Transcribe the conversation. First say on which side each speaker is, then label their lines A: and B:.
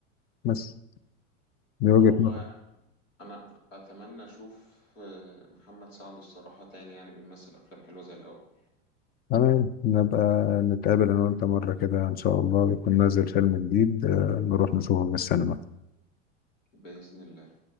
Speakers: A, on the left; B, on the left.
A: بس دي وجهة
B: اه والله
A: نظر
B: يعني انا اتمنى اشوف آه، محمد سعد الصراحه تاني يعني بيمثل افلام حلوه زي الاول
A: تمام نبقى نتقابل انا وانت مرة كده ان شاء الله يكون نازل فيلم جديد آه، نروح نشوفه في السينما
B: باذن الله